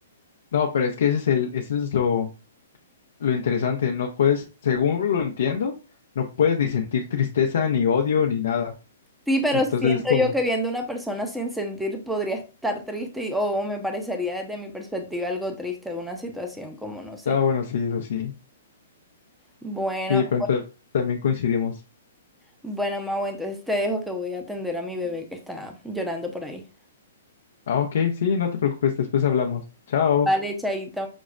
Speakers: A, on the left; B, in the centre.
A: No, pero es que ese es el, ese es lo, lo interesante, no puedes, según lo entiendo, no puedes ni sentir tristeza, ni odio, ni nada.
B: Sí, pero
A: Entonces
B: siento
A: es como,
B: yo que viendo una persona sin sentir podría estar triste y- o, o me parecería desde mi perspectiva algo triste de una situación como no sé.
A: ah, bueno, sí, eso sí.
B: Bueno,
A: Sí, pero entonces también coincidimos.
B: bueno, Mau, entonces te dejo que voy a atender a mi bebé que está llorando por ahí.
A: Ah, ok, sí, no te preocupes, después hablamos. Chao.
B: Vale, chaito.